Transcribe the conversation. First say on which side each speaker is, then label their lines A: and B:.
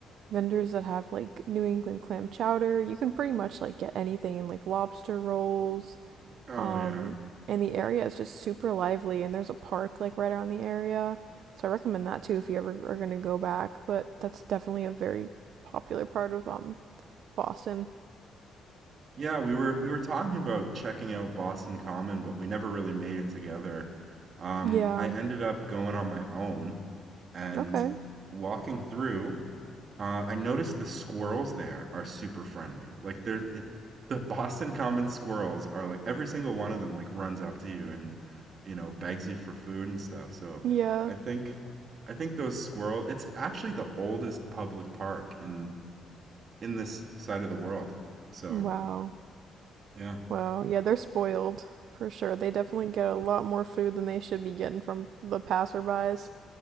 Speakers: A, on the right; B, on the right.
A: vendors that have like New England clam chowder. You can pretty much like get anything like lobster rolls.
B: Oh
A: Um
B: yeah.
A: and the area is just super lively and there's a park like right around the area. So I recommend that too if you ever are going to go back, but that's definitely a very popular part of um Boston.
B: Yeah, we were we were talking about checking out Boston Common, but we never really made it together. Um,
A: Yeah.
B: I ended up going on my own and
A: Okay.
B: walking through. Uh, I noticed the squirrels there are super friendly. Like they're it, the Boston Common squirrels are like every single one of them like runs up to you and you know begs you for food and stuff. So
A: Yeah.
B: I think I think those squirrel it's actually the oldest public park in in this side of the world. So
A: Wow.
B: yeah.
A: Wow, yeah, they're spoiled for sure. They definitely get a lot more food than they should be getting from the passerbys.